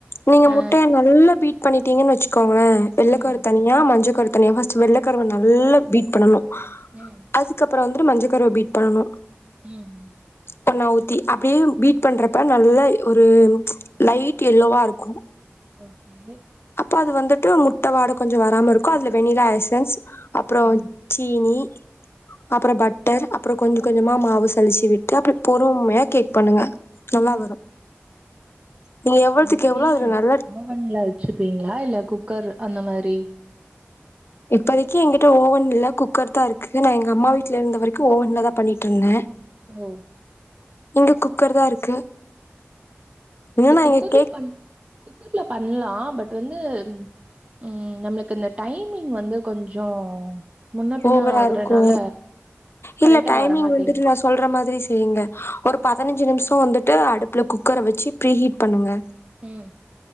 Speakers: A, on the left (about 60°); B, on the right (about 30°).
A: நீங்க
B: அ
A: முட்டையை நல்லா பீட் பண்ணிட்டீங்கன்னு வெச்சுக்கோங்களேன் வெள்ளக்கரு
B: ஆ. ம்,
A: தனியா மஞ்ச கரு ஃபஸ்ட் வெள்ள கருவ நல்லா பீட் பண்ணனு
B: ம்
A: அதுக் அப்பறம் வந்து மஞ்ச கருவ பீட் பண்ணனு
B: ம்
A: பண்ணா ஊத்தி அப்டியே பீட் பண்றப்ப நல்லா ஒரு லைட் எல்லோவா இருக் கு
B: ஓகே
A: இப்ப அது வந்துட்டு முட்ட வாட கொஞ்ச வராம இருக்கும் அதுல வெண்ணிலா எசன்ஸ் அப்றோ
B: ம்.
A: சீனி அப்புறோ பட்டர் அப்புறோ கொஞ்ச கொஞ்சமா மாவு சலிச்சி விட்டு அப்டி பொறுமையா கேக் பண்ணுங்க. நல்லா
B: ம்.
A: வரும் நீ எவ்வளத்துக்கு
B: நீங்க எப்டி
A: எவ்ளோ அதுல நல்லா
B: ஓவன்ல வெச்சிருப்பீங்ளா இல்ல குக்கர் அந்த மாரி
A: இப்போதைக்குக்கு எங்கிட்ட ஓவன் இல்ல குக்கர் தா இருக்கு நா எங்க அம்மா வீட்ல இருந்த வரைக்கு ஓவன்ல தா பண்ணிட்டு இருந்த
B: ஓ
A: இங்க குக்கர் தா இருக்கு இன்னு
B: இது
A: நா
B: குக்கர்ல
A: எங்க கேக்
B: பண் குக்கர்ல பண்ணலா பட் வந்து ம் நம்மளுக்கு இந்த டைமிங் வந்து கொஞ்சம் முன்ன பின்ன
A: ஓவரா
B: ஆகுறனால
A: இருக்கு
B: கரெக்ட்டா
A: இல்ல டைமிங்
B: வரமாட்டேங்குது.
A: வந்துட்டு நா சொல்ற மாரி செய்யிங்க ஒரு பதினஞ்சி நிமிஷோ வந்துட்டு அடுப் ப்புல குக்கர வெச்சி ஃப்ரீ ஹீட் பண்ணுங்க
B: ம்